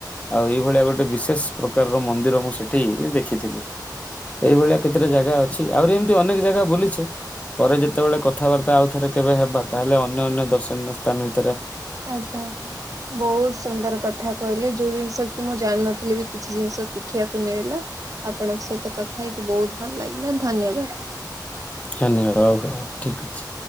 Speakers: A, on the left; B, on the right.
A: ଆଉ ଏଇଭଳିଆ ଗୋଟେ ବିଶେଷ ପ୍ରକାରର ମନ୍ଦିର ମୁଁ ସେଠି ଦେଖିଥିଲି। ଏଇ ଭଳିଆ କେତେଟା ଜାଗା ଅଛି। ଆହୁରି ଏମିତି ଅନେକ ଜାଗା ବୁଲିଛେ। ପରେ ଯେତେବେଳେ କଥାବାର୍ତ୍ତା ଆଉ ଥରେ କେବେ ହେବା ତାହେଲେ ଅନ୍ୟ ଅନ୍ୟ ଦର୍ଶନୀୟ ସ୍ଥାନ ବି
B: ଆଛା, ବହୁତ ସୁନ୍ଦର କଥା କହିଲି ଯୋଉ ଜିନିଷ କି ମୁଁ ଜାଣିନଥିଲେ ବି କିଛି ଜିନିଷ ଶିଖିବାକୁ ମିଳିଲା। ଆପଣଙ୍କ ସହିତ କଥା ହେଇକି ବହୁତ ଭଲ ଲାଗିଲା ଧନ୍ୟବାଦ।
A: <inaudible> ଠିକ ଅଛି।